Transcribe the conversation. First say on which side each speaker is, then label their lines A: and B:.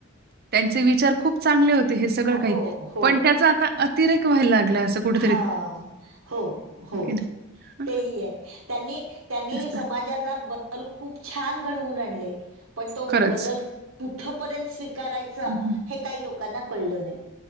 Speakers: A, on the right (about 50°); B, on the right (about 75°).
A: त्यांचे विचार खूप चांगले होते हे सगळं
B: हो
A: काही
B: हो
A: पण त्याच आता अतिरेक व्हायला लागला असं कुठ
B: हा हो हो
A: नाही हं,
B: तेही आहे त्यांनी त्यांनी
A: तेच
B: समाजाला
A: ना
B: बदल खूप छान घडवून आणले पण तो
A: खरंच.
B: बदल कुठ पर्यंत स्वीकारायच
A: हं,
B: हे काही लोकांना कळलं नाही